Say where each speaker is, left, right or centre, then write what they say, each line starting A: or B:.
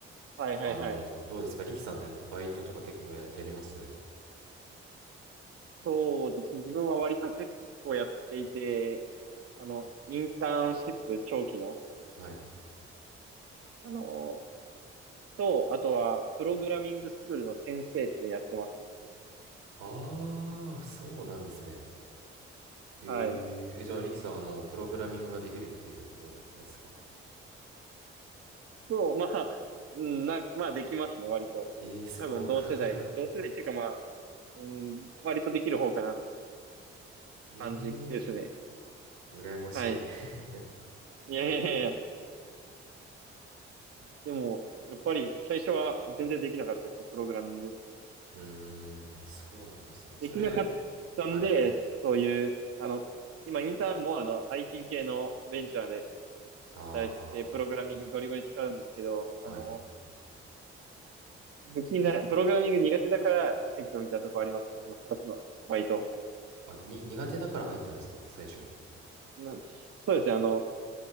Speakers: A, on the right; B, on the right.
A: はいはいはい。
B: あのどうですか、リキさんってバイトとか結構や、やります
A: そうですね。自分は割と結構やっていて、あの、インターンシップ長期の、
B: はい。
A: あの、と、あとは、プログラミングスクールの先生ってやってますね。
B: ああ、そうなんですね。え
A: はい。
B: ー、えじゃあ、リキさん、あの、プログラミングができるっていうことですか
A: そう、まあ、うん、な、まあできますね、割と。
B: えー、すごい。
A: 多分同世代、同世代っていうかまあ、うん、割とできる方かなって
B: え
A: 感じですね。
B: ー、羨ましい。
A: はい。
B: <laughs>
A: いやいやいやいや。でも、やっぱり最初は全然できなかったですね、プログラミング。
B: うーん、そうなんですね。
A: できなかったんで、
B: それ、はい。
A: そういう、あの、今インターンもあの IT 系のベンチャーで
B: あ
A: 働いて、プログラミングゴリゴリ使うんですけど、あの、
B: ー、はい。
A: できない、プログラミング苦手だから入ってみたとこありますね、その二つのバイト。
B: あ、に、苦手だから入ったんですか最初。
A: なそうですね、あの、